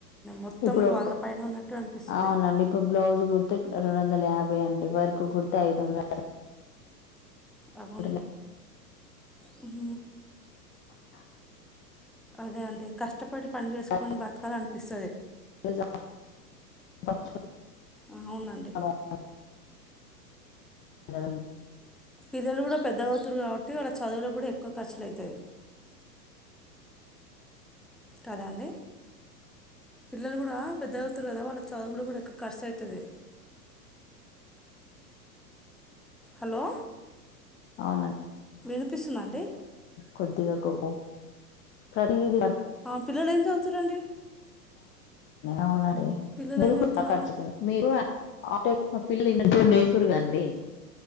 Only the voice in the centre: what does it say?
మొత్తం
వాళ్ళపైన ఉన్నట్టు అనిపిస్తది
అబను
మ
అదే అంటే కష్ట కష్టపడి పని చేసుకొని
బతకాల అనిపిస్తుంది
అవునండి
పిల్లలు కూడా పెద్ద అవుతురు కాబట్టి వాళ్ళ చదువులో కూడా ఎక్కువ ఖర్చులు అవుతాయి కాదంండడి పిల్లలు కూడా పెద్ద అవుతారు కదా వాళ్ళ చదువు కూడా ఎకువ ఖర్చ అవుతుది హలో
వినిపిస్తుందండి
ఆ, పిల్లలు ఏం చదువుతురండి
పిల్లలు
ఏం చదువుతున్నారు